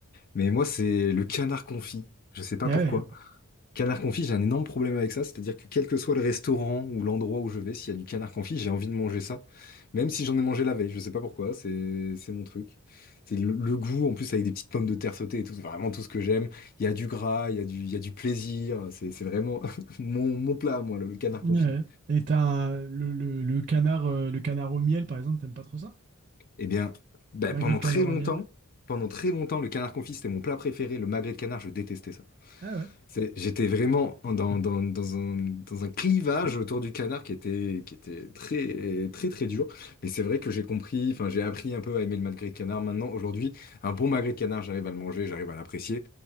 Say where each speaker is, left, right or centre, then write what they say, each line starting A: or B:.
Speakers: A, on the left (about 40°); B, on the right (about 40°).
A: Mais moi, c'est le canard confit. Je sais pas
B: Ouais,
A: pourquoi. Canard confit, j'ai un énorme problème avec ça, c'est-à-dire que quel que soit le restaurant ou l'endroit où je vais, s'il y a du canard confit, j'ai envie de manger ça, même si j'en ai mangé la veille, je sais pas pourquoi, c'est c'est mon truc. C'est le, le goût, en plus avec des petites pommes de terre sautées et tout, c'est vraiment tout ce que j'aime. Il y a du gras, il y a du, il y a du plaisir, c'est c'est vraiment <laughs> mon, mon plat, à moi, le, le canard
B: ouais.
A: confit.
B: ouais. Et t'as un- le, le, le canard, euh, le canard au miel, par exemple, t'aimes pas trop ça?
A: Eh bien, ben,
B: Magret
A: pendant
B: de
A: très
B: canard
A: longtemps,
B: au miel.
A: pendant très longtemps, le canard confit, c'était mon plat préféré, le magret de canard, je détestais ça.
B: Ah ouais.
A: C'est- J'étais vraiment dans, dans, dans un, dans un clivage autour du canard qui était, qui était très, très, très dur. Mais c'est vrai que j'ai compris, enfin, j'ai appris un peu à aimer le magret de canard. Maintenant, aujourd'hui, un bon magret de canard, j'arrive à le manger, j'arrive à l'apprécier.